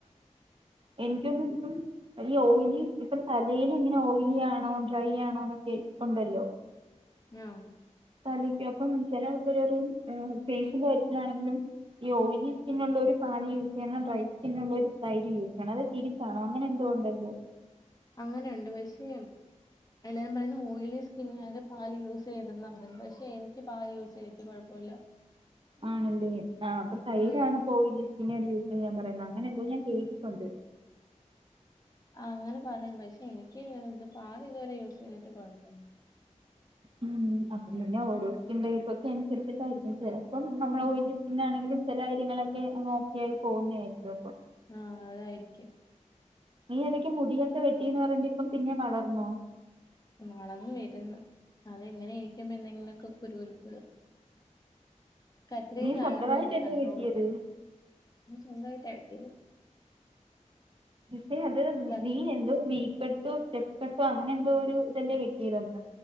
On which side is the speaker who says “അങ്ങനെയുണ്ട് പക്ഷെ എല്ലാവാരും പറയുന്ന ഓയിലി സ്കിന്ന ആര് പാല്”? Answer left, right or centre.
Left